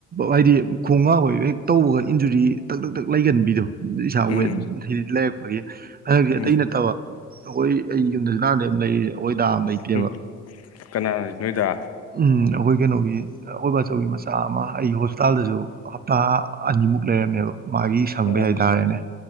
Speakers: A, on the right (about 30°); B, on the left (about 55°).
A: ꯍꯥꯏꯗꯤ ꯈꯣꯡ ꯉꯥꯕꯒꯤ ꯍꯦꯛ ꯇꯧꯕꯒ ꯏꯟꯖꯨꯔꯤ ꯇꯛ ꯇꯛ ꯇꯛ ꯂꯩꯒꯟꯕꯤꯗꯣ ꯏꯁꯥ
B: ꯎꯝ
A: ꯋꯦꯠ ꯍꯥꯏꯗꯤ ꯂꯩꯔꯛꯄꯒꯤ ꯍꯟꯗꯛꯁꯦ
B: ꯎꯝ
A: ꯑꯇꯩ ꯅꯠꯇꯕ ꯑꯩꯈꯣꯏ ꯑꯩ ꯌꯨꯝꯗꯁꯨ ꯅꯍꯥꯟꯗꯩ ꯂꯩ ꯑꯩꯈꯣꯏ ꯗꯥ ꯑꯃ ꯂꯩꯇꯦꯕ
B: ꯎꯝ ꯀꯅꯥꯅꯣ ꯅꯣꯏꯗ
A: ꯎꯝ ꯑꯩꯈꯣꯏ ꯀꯩꯅꯣꯒꯤ ꯑꯩꯈꯣꯏ ꯕꯥꯆꯧꯒꯤ ꯃꯆꯥ ꯑꯃ ꯑꯩ ꯍꯣꯁꯄꯤꯇꯥꯜꯗꯁꯨ ꯍꯞꯇꯥ ꯑꯅꯤꯃꯨꯛ ꯂꯩꯔꯝꯃꯦꯕ ꯃꯥꯒꯤ ꯁꯪꯕꯩ
B: ꯑꯣ
A: ꯍꯥꯏꯇꯥꯔꯦꯅꯦ